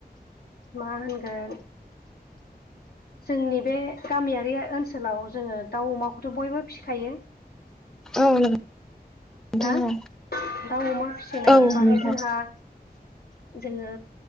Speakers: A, on the left; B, in the centre.
A: मा होनगोन जोंनि बे गामियारि ओनसोलाव जोङो दाउ, अमाखौथ' बयबो फिखायो।
B: औ नोंथां
A: ना दाउ,
B: औ
A: अमा फिसिनायनि
B: औ
A: बागै
B: नोंथां
A: जोंहा जोङो